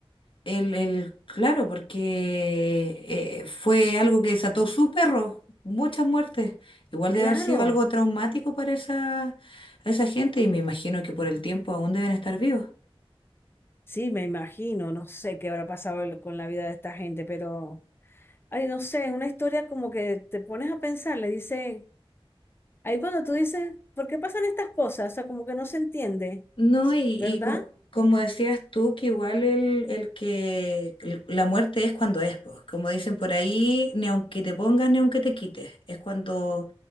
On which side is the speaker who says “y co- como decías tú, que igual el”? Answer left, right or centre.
Left